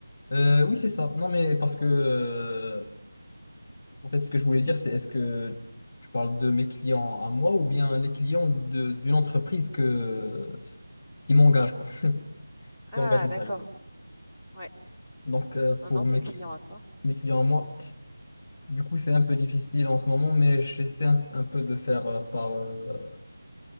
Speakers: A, on the left (about 25°); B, in the centre.
A: Euh, oui, c'est ça. Non, mais parce que, euh, en fait, ce que je voulais dire, c'est est-ce que tu parles de mes clients à moi ou bien les clients de- d'une entreprise que, qui m'engage, quoi,
B: Ah
A: qui engage mes
B: d'accord,
A: services.
B: ouais.
A: Donc, euh, pour
B: Non, non,
A: mes,
B: tes clients à toi.
A: mes clients à moi, du coup, c'est un peu difficile en ce moment, mais j'essaie un, un peu de faire euh, par, euh,